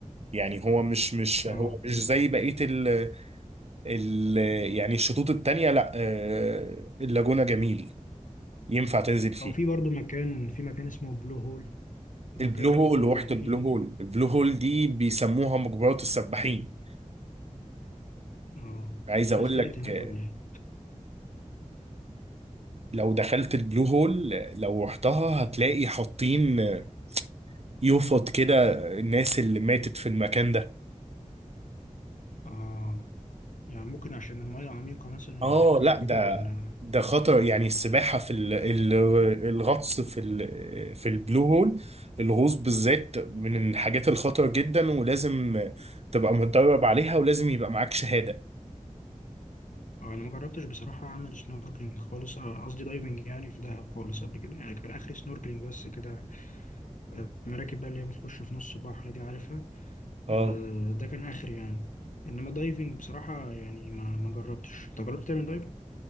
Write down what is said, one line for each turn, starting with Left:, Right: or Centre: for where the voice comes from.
Right: يعني هو مش مش
Left: آه
Right: هو مش زي بقية ال ال يعني الشطوط التانية لا آه، اللاجونة جميل ينفع تنزل فيه
Left: أو في برضو مكان في مكان اسمه بلو هول المكان
Right: البلو
Left: ده
Right: هول
Left: برضو
Right: روحة
Left: يعني
Right: البلو
Left: في
Right: هول البلو هول دي بيسموها مجبرات السباحين
Left: اه
Right: عايز
Left: في
Right: اقول
Left: ناس غرقت
Right: لك
Left: هناك
Right: آه،
Left: ولا ايه؟
Right: لو دخلت البلو هول آه، لو رحتها هتلاقي حاطين آه، يفط كده الناس اللي ماتت في المكان ده
Left: اه يعني ممكن عشان المية عميقة مثلا
Right: اه
Left: هناك أو
Right: لا
Left: كده
Right: ده
Left: ولا
Right: ده خطر يعني السباحة في ال- ال- الغطس في ال- في البلو هول الغوص بالذات من الحاجات الخطر جدا ولازم تبقى متدرب عليها ولازم يبقى معاك شهادة
Left: آه، أنا ما جربتش بصراحة أعمل سنوركلينج خالص آه، قصدي دايفنج يعني في دهب خالص قبل كده يعني كان آخري سنوركلينج بس كده آه، المراكب بقى اللي هي بتخش في نص البحر دي عارفها
Right: اه
Left: آه، ده كان آخري يعني إنما دايفنج بصراحة يعني ما ما جربتش أنت جربت تعمل دايفنج؟